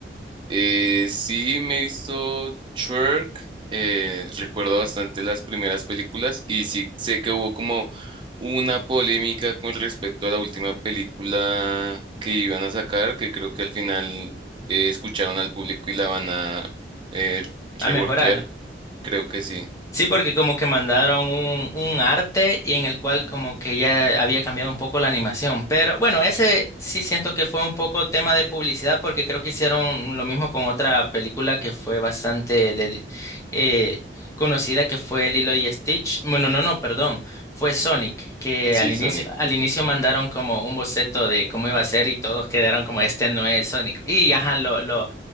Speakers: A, on the right; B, on the left.
A: Eh, sí me he visto Shrek, eh, recuerdo bastante las primeras películas y sí sé que hubo como una polémica con respecto a la última película que iban a sacar, que creo que al final eh, escucharon al público y la van a eh, reworkear.
B: a mejorar.
A: Creo que sí,
B: Sí, porque como que mandaron un, un arte y en el cual como que ya había cambiado un poco la animación. Pero bueno, ese sí siento que fue un poco tema de publicidad porque creo que hicieron lo mismo con otra película que fue bastante de- eh, conocida que fue Lilo y Stitch. Bueno, no, no, perdón. Fue Sonic, que
A: sí,
B: al inicio,
A: Sonic.
B: al inicio mandaron como un boceto de cómo iba a ser y todos quedaron como este no es Sonic. Y ajá, lo, lo